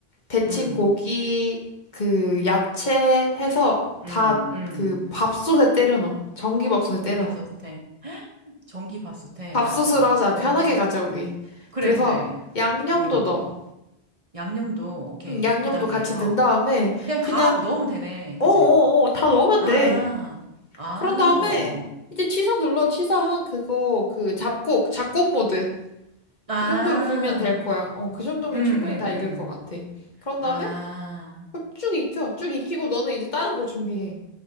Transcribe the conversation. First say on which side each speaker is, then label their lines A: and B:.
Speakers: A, on the left (about 45°); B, on the right (about 35°).
A: 데친
B: 음,
A: 고기 그 야채 해서
B: 음,
A: 다
B: 음.
A: 그 밥솥에 때려 넣어. 전기밥솥에 때려
B: 밥솥에.
A: 넣어.
B: 전기 밥솥에.
A: 밥솥으로
B: 알았어.
A: 하자.
B: 오,
A: 편하게 가자, 우리.
B: 그래,
A: 그래서
B: 그래.
A: 양념도
B: 어,
A: 넣어.
B: 양념도, 오케이.
A: 음, 양념도
B: 그 단계에서.
A: 같이 넣은 다음에
B: 그냥
A: 그냥
B: 다 넣으면 되네.
A: 어어어,
B: 그치?
A: 다 넣으면
B: 아,
A: 돼.
B: 아,
A: 그런 다음에
B: 어어.
A: 이제 취사 눌러 취사한 그거 그 잡곡, 잡곡 모드.
B: 아,
A: 그 정도로 길면 될 거야. 어, 그 정도면
B: 음, 음,
A: 충분히 다
B: 음.
A: 익을 것 같아. 그런
B: 아,
A: 다음에 그거 쭉 익혀. 쭉 익히고 너는 이제 다른 거 준비해.